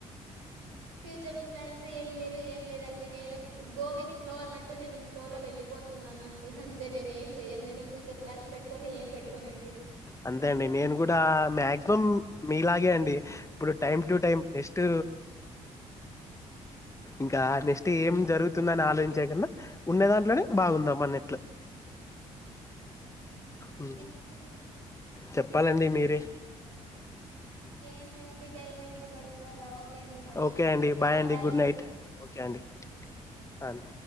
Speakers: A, on the right (about 80°); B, on the left (about 20°).
A: ఫ్యూచర్ ప్లాన్స్ ఏం లేదు ఏం లేదండి నేను గో విత్ ఫ్లో అన్నట్టు నేను ఫ్లో లో వెళ్ళలిపోతున్నాన అంటడి అంటే నేను ఏం చెయను నేను ఫ్యూచర్ ప్లాన్స్ పెట్టుకొని ఏం పెట్టుకోనండి
B: అంతే అండి నేను కూడా మాక్సిమం మీలాగే అండి ఇప్పుడు టైమ్ టు టైమ్ నెక్స్ట్ ఇంకా నెక్స్ట్ ఏం జరుగుతుందని ఆలోచించే కన్నా ఉన్న దాంట్లోనే బాగుందాం అన్నట్లు
A: అంతేండి అంతేలేండి ఇంకేమండి
B: హ్మ్
A: మరి
B: చెప్పాలండి మీరే
A: సరే ఇంకేం లేదండి టైం అయింది పడుకోవాల ఓకే అండి మరి
B: ఓకే అండి
A: ఉందునా బాయ్
B: గుడ్
A: అండి
B: నైట్ ఓకే అండి
A: గుడ్ నైట్
B: అ అండి